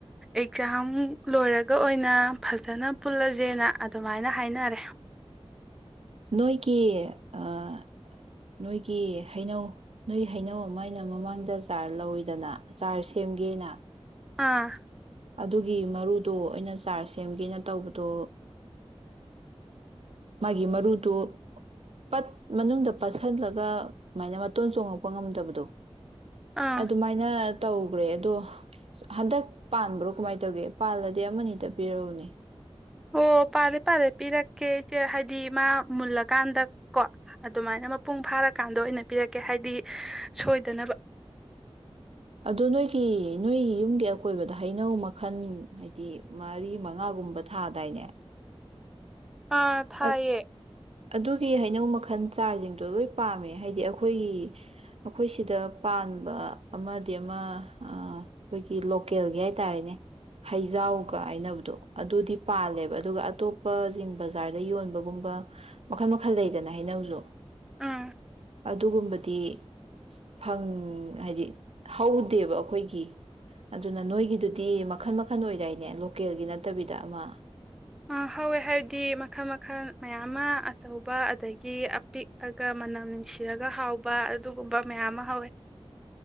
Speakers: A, in the centre; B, on the right (about 70°).
A: ꯑꯦꯛꯖꯥꯝ ꯂꯣꯏꯔꯒ ꯑꯣꯏꯅ ꯐꯖꯅ ꯄꯨꯜꯂꯁꯦꯅ ꯑꯗꯨꯃꯥꯏꯅ ꯍꯥꯏꯅꯔꯦ
B: ꯅꯣꯏꯒꯤ ꯑꯥ ꯅꯣꯏꯒꯤ ꯍꯩꯅꯧ ꯅꯣꯏ ꯍꯩꯅꯧ ꯑꯃ ꯑꯩꯅ ꯃꯃꯥꯡꯗ ꯆꯥꯔ ꯂꯧꯏꯗꯅ ꯆꯥꯔ ꯁꯦꯝꯒꯦꯅ
A: ꯑꯥ
B: ꯑꯗꯨꯒꯤ ꯃꯔꯨꯗꯣ ꯑꯩꯅ ꯆꯥꯔ ꯁꯦꯝꯒꯦꯅ ꯇꯧꯕꯗꯣ ꯃꯥꯒꯤ ꯃꯔꯨꯗꯣ ꯄꯠ ꯃꯅꯨꯡꯗ ꯄꯠꯁꯤꯜꯂꯒ ꯑꯗꯨꯃꯥꯏꯅ ꯃꯇꯣꯟ ꯆꯣꯡꯉꯛꯄ ꯉꯝꯗꯕꯗꯣ꯫
A: ꯑꯥ
B: ꯑꯗꯨꯃꯥꯏꯅ ꯇꯧꯈ꯭ꯔꯦ ꯑꯗꯣ ꯍꯟꯗꯛ ꯄꯥꯟꯕ꯭ꯔꯣ ꯀꯃꯥꯏꯅ ꯇꯧꯒꯦ ꯄꯥꯜꯂꯗꯤ ꯑꯃꯅꯤꯗ ꯄꯤꯔꯛꯎꯅꯦ꯫
A: ꯑꯣ ꯄꯥꯜꯂꯦꯄꯥꯜꯂꯦ ꯄꯤꯔꯛꯀꯦ ꯑꯩꯆꯦ ꯍꯥꯏꯗꯤ ꯃꯥ ꯃꯨꯜꯂꯀꯥꯟꯗ ꯀꯣ ꯑꯗꯨꯃꯥꯏꯅ ꯃꯄꯨꯡ ꯐꯥꯔꯀꯥꯟꯗ ꯑꯣꯏꯅ ꯄꯤꯔꯛꯀꯦ ꯍꯥꯏꯗꯤ ꯁꯣꯏꯗꯅꯕ
B: ꯑꯗꯨ ꯅꯣꯏꯒꯤ ꯅꯣꯏꯒꯤ ꯌꯨꯝꯒꯤ ꯑꯀꯣꯏꯕꯗ ꯍꯩꯅꯧ ꯃꯈꯜ ꯍꯥꯏꯗꯤ ꯃꯔꯤ ꯃꯉꯥꯒꯨꯝꯕ ꯊꯥꯗꯥꯏꯅꯦ
A: ꯑꯥ ꯊꯥꯏꯌꯦ
B: ꯑ ꯑꯗꯨꯒꯤ ꯍꯩꯅꯧ ꯃꯈꯜ ꯆꯥꯔꯁꯤꯡꯗꯣ ꯂꯣꯏ ꯄꯥꯝꯃꯦ ꯍꯥꯏꯗꯤ ꯑꯩꯈꯣꯏꯒꯤ ꯑꯩꯈꯣꯏ ꯁꯤꯗ ꯄꯥꯟꯕ ꯑꯃꯗꯤ ꯑꯃ ꯑꯩꯈꯣꯏꯒꯤ ꯂꯣꯀꯦꯜꯒꯤ ꯍꯥꯏꯇꯥꯔꯦꯅꯦ ꯍꯩꯖꯥꯎꯒ ꯍꯥꯏꯅꯕꯗꯣ ꯑꯗꯨꯗꯤ ꯄꯥꯜꯂꯦꯕ ꯑꯗꯨꯒ ꯑꯇꯣꯞꯄ ꯁꯤꯡ꯫ ꯕꯖꯥꯔꯗ ꯌꯣꯟꯕꯒꯨꯝꯕ ꯃꯈꯜ - ꯃꯈꯜ ꯂꯩꯗꯅ ꯍꯥꯏꯩꯅꯧꯁꯨ
A: ꯎꯝ
B: ꯑꯗꯨꯒꯨꯝꯕꯗꯤ ꯐꯪ ꯍꯥꯏꯗꯤ ꯍꯧꯗꯦꯕ ꯑꯩꯈꯣꯏꯒꯤ ꯑꯗꯨꯅ ꯅꯣꯏꯒꯤꯗꯨꯗꯤ ꯃꯈꯜ - ꯃꯈꯜ ꯑꯣꯏꯗꯥꯏꯅꯦ ꯂꯣꯀꯦꯜꯒꯤ ꯅꯠꯇꯕꯤꯗ ꯑꯃ ꯫
A: ꯑ ꯍꯧꯋꯦ ꯍꯥꯏꯕꯗꯤ ꯃꯈꯜ ꯃꯈꯜ ꯃꯌꯥꯝ ꯑꯃ ꯑꯆꯧꯕ ꯑꯗꯒꯤ ꯑꯄꯤꯛꯑꯒ ꯃꯅꯝ ꯅꯨꯡꯁꯤꯔꯒ ꯍꯥꯎꯕ ꯑꯗꯨꯒꯨꯝꯕ ꯃꯌꯥꯝ ꯑꯃ ꯍꯧꯋꯦ꯫